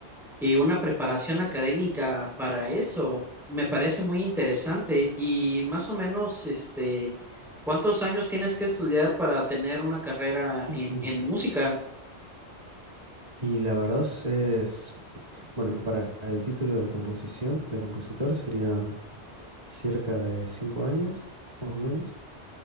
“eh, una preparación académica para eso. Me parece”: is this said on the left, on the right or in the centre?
Centre